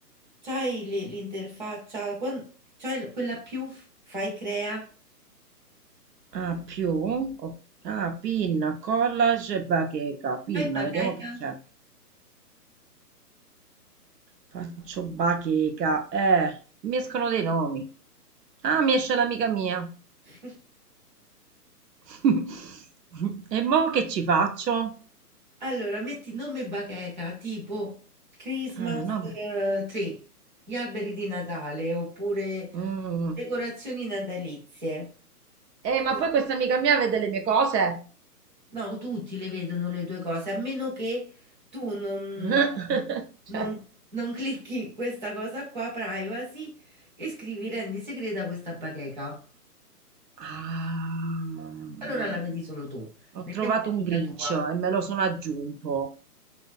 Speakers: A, on the right (about 30°); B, on the right (about 85°).
A: c'hai l- l'interfaccia, quan- c'hai l- quella più, f- fai crea,
B: ah, più. o- ah, pin, collage e bacheca. Pin,
A: fai bacheca.
B: vediamo che c'è. Faccio bacheca. Eh, mi escono dei nomi. Ah, mi esce l'amica mia.
A: <laughs>
B: <laughs> E mo che ci faccio?
A: Allora, metti nome bacheca, tipo Christmas
B: Ah, no,
A: eh,
B: ma...
A: tree, gli alberi di Natale, oppure
B: Mm.
A: decorazioni natalizie.
B: Eh,
A: Così.
B: ma poi questa amica mia vede le mie cose.
A: No, tutti le vedono le due cose, a meno che tu non,
B: <laughs> Cioè,
A: non- non clicchi questa cosa qua, privacy, e scrivi rendi segreta questa bacheca.
B: ah,
A: Allora la vedi solo tu,
B: ho
A: nemmeno
B: trovato
A: l'amica
B: un grincio
A: tua.
B: e me lo sono aggiunto.